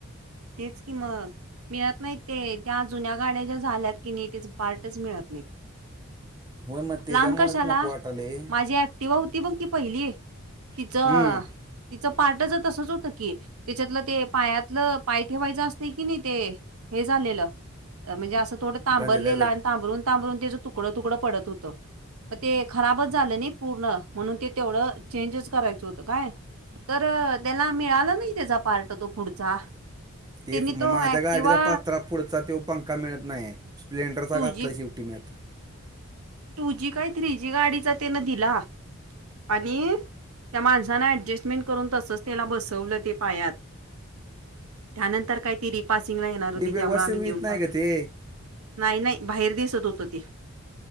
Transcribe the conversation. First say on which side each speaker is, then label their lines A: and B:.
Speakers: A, on the right; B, on the right.
A: तेच कि मग,, मिळत नाहीत ते, त्या जुन्या गाड्याच्या झाल्यात कि नाही, त्याच पार्टच मिळत नाहीत.
B: होय मग त्याच्यामुळंच
A: लांब कशाला,,
B: नको वाटाले
A: माझी ऍक्टिवा होती बघ ती पहिली,, तिचं,
B: हम्म
A: तिचं पार्टच तसच होतं की, त्यािच्यातल ते पायातलं ऽ पाय ठेवायच असतय की नाही, ते हे झालेलं, म्हणजे असं थोडं तांबरलेलं,
B: गंजलेलं
A: आणि तांबरूनऽ तांबरून त्याच तुकड, तुकडं पडत होतं. मग ते खराबच झालं नाही पूर्ण, म्हणून ते तेवढं, चेंजच करायचं होतं काय. तर,, त्याला मिळालं नाही, त्याचा पार्ट तो पुढचा.
B: तेच
A: त्यांनी
B: मग,,
A: तो
B: माझ्या
A: ऍक्टिवा
B: गाडीचा पात्रा पुढचा तेवो पंखा मिळत नाही आहे,, स्प्लेंडरचा
A: टू
B: घातलाय
A: जी
B: शेवटी मी आता,,
A: टू जी काय थ्री जी गाडीचा त्यानं दिला,, आणिऽ त्या माणसानं ऍडजस्टमेंट करून तसंच त्याला बसवलं ते पायात. त्यानंतर काय ती रिपासिंगला येणार होती,
B: ते व्यवस्थित
A: त्यामुळे आम्ही देऊन
B: येत नाही
A: टाकलं.
B: का ते
A: नाही नाही,, बाहेर दिसत होत ते.